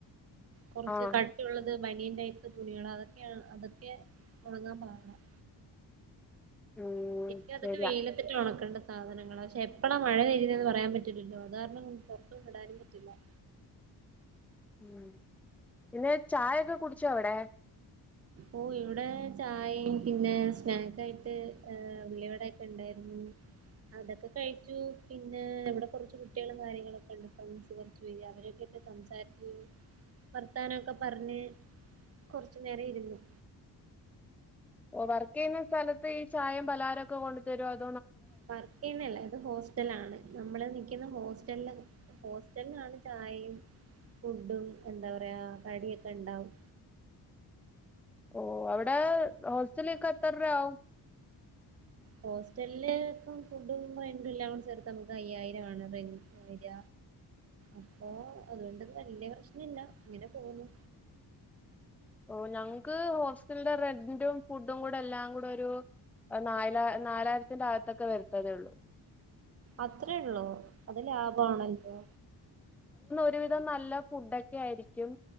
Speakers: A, on the right; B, in the centre.
A: കൊറച്ച്
B: ആഹ്
A: കട്ടിയുള്ളത്- ബനിയൻ ടൈപ്പ് തുണികൾ അതൊക്കെ അതൊക്കെ ഒണങ്ങാൻ പാടാ-
B: ഉം
A: <unintelligible>
B: ശരിയാ
A: വെയിലത്തിട്ട് ഒണക്കണ്ട സാധനങ്ങള പക്ഷേ എപ്പളാമഴ വരുന്നേന്ന് പറയാൻ പറ്റില്ലല്ലോ അതുകാരണം പൊറത്തോട്ട് ഇടാനും പറ്റില്ല-
B: ഉം- പിന്നെ ചായയക്കെ കുടിച്ചോ അവ്ടെ?
A: ഓ ഇവിടെ ചായയും പിന്നെ സ്നാക്കയിട്ട് ഉള്ളിവടയൊക്കെ ഉണ്ടായിരുന്നു അതൊക്കെ കഴിച്ചു പിന്നെ ഇവിടെ കൊറച്ചു കുട്ടികളും കാര്യങ്ങളൊക്കെ ഉണ്ട് ഫ്രെണ്ട്സ് കോറച്ചു പേരു അവരൊക്കെ ആയിട്ട് സംസാരിച്ചു വർത്താനമൊക്കെ പറഞ്ഞു കൊർ റച്ച്നേരം ഇരുന്നു-
B: ഓ വർക് ചെയ്യുന്ന സ്ഥലത്ത് ഈ ചായയും പലഹാരവുവൊക്കെ കൊണ്ട് തരുമോ അ
A: വർക്ക് ചെയ്യുന്നല്ല ഇത് ഹോസ്റ്റലാണ് നമ്മള് നിൽക്കുന്ന ഹോസ്റ്റലിലെ- ഹോസ്റ്റൽന്ന് നാല് ചായിം ഫുഡും എന്ത പറയാ കടിയൊക്കെ ണ്ടാവും
B: ഓ ഏഹ് ഹോസ്റ്റലികെത്ര രൂപയാകും
A: ഹോസ്റ്റൽല് പ്പം ഫുഡും റെന്റും എല്ലാകൂടെ ചേർത്ത മക് അയ്യായിരാണ് റെന്റ് വര അപ്പോ അതോണ്ട് വല്യപ്രശ്നല്ല ഇങ്ങനെ പോകുന്നു
B: ഓ ഞങ്ങക്ക് ഹോസ്റ്റൽന്റെ റെന്റും ഫുഡും കൂടെ എല്ലാം കൂടെ ഒരു നാല നാലായിരത്തിന്റെ അകത്തൊക്കെ വരുത്തതേ ഉള്ളൂ
A: അത്രേ ഉള്ളു അത് ലാഭാണല്ലോ
B: ഒരു വിധം നല്ല ഫുഡ് ഒക്കെ ആയിരിക്കും